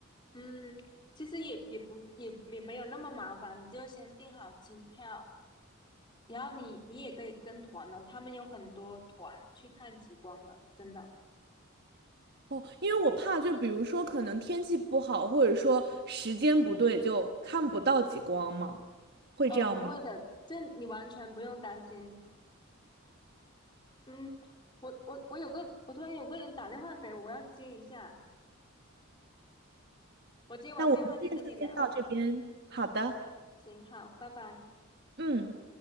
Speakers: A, on the left; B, on the right.
A: 嗯，其实也也不也也没有那么麻烦，你就先订好机票，然后你你也可以跟团的，他们有很多团去看极光的，真的。
B: 哦，因为我怕就比如说可能天气不好，或者说时间不对，就看不到极光嘛，会这样吗？
A: 哦，不会的，这你完全不用担心。嗯，我我我有个，我突然有个人打电话给我，我要接一下。我接完电话再跟你聊啊，
B: 那我们这次先到这边，好的。
A: 行，好，拜拜。
B: 嗯。